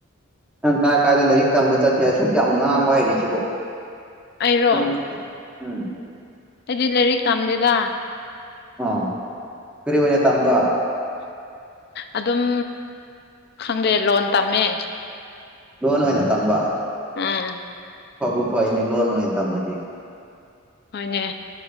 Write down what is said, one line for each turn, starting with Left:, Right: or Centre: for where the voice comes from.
Centre: ꯅꯪ ꯀꯥꯏ ꯀꯥꯏꯗ ꯂꯥꯏꯔꯤꯛ ꯇꯝꯕ ꯆꯠꯀꯦ ꯑꯁꯨꯛ ꯌꯥꯝ ꯉꯥꯡꯕ ꯍꯥꯏꯔꯤꯁꯤꯕꯣ
Left: ꯑꯩꯔꯣ
Centre: ꯎꯝ ꯎꯝ
Left: ꯑꯩꯗꯤ ꯂꯥꯏꯔꯤꯛ ꯇꯝꯗꯦꯗꯥ
Centre: ꯑ ꯀꯔꯤꯒ ꯑꯣꯏꯅ ꯇꯝꯕ
Left: ꯑꯗꯨꯝ ꯈꯪꯗꯦ ꯂꯣꯟ ꯇꯝꯃꯦ
Centre: ꯂꯣꯅ ꯑꯣꯏꯅ ꯑꯣꯏꯅ ꯇꯝꯕ
Left: ꯎꯝ ꯎꯝ
Centre: ꯐꯕꯕꯨꯐꯣꯏꯅꯤ ꯂꯣꯟ ꯑꯣꯏ ꯇꯃꯗꯤ
Left: ꯍꯅꯦ